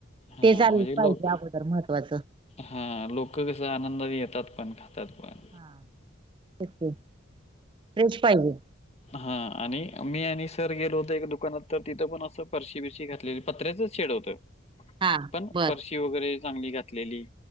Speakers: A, on the left; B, on the right.
A: हा
B: ते चाले
A: म्हणजे
B: पाहिजे
A: लोक
B: अगोदर महत्त्वाचं.
A: हा लोक कस आनंदात येतात पण खातात पण.
B: हा तेच पाहिजे.
A: हा आणि मी आणि सर गेलो होतो, एक दुकानात तर तिथं पण असं परशी बिरशी घातलेली पत्रेचच, शेड होतं.
B: हा
A: पण
B: बर
A: परशी वगैरे चांगली घातलेली